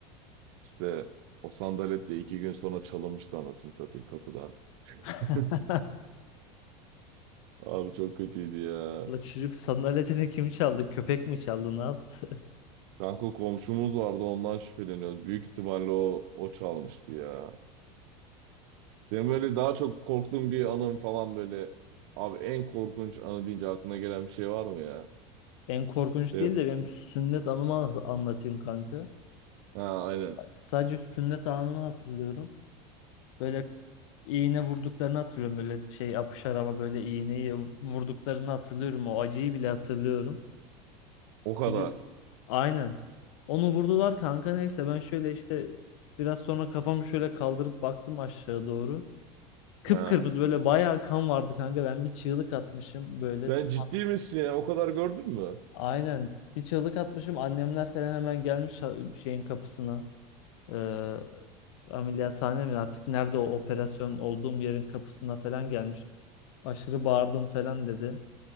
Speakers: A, on the right; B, on the left.
A: İşte o sandaletle iki gün sonra çalınmıştı anasını satayım kapıdan.
B: <laughs>
A: <laughs> Abi çok kötüydü ya.
B: La çocuk sandaletini kim çaldı? Köpek mi çaldı? Ne yaptı?
A: Kanka komşumuz vardı ondan şüpheleniyoruz. Büyük ihtimalle o, o çalmıştı ya. Senin böyle daha çok korktuğun bir anın falan böyle abi en korkunç anı deyince aklına gelen bir şey var mı ya?
B: En korkunç
A: De,
B: değil de benim sünnet anımı anlatayım kanka.
A: ha aynen.
B: Bak, sadece sünnet anını hatırlıyorum. Böyle iğne vurduklarını hatırlıyorum. Böyle şey apışar ama böyle iğneyi vurduklarını hatırlıyorum. O acıyı bile hatırlıyorum.
A: O kadar.
B: Bir de aynen. Onu vurdular kanka neyse ben şöyle işte biraz sonra kafamı şöyle kaldırıp baktım aşağı doğru. Kıpkırmızı
A: Ha.
B: böyle bayağı kan vardı kanka. Ben bir çığlık atmışım böyle.
A: Sen
B: tüm-
A: ciddi misin ya? O kadar gördün mü?
B: Aynen bir çığlık atmışım. Annemler falan hemen gelmiş ha- şeyin kapısına. Ee, ameliyathane mi artık nerede o operasyon olduğum yerin kapısına falan gelmiş. Aşırı bağırdım falan dedi.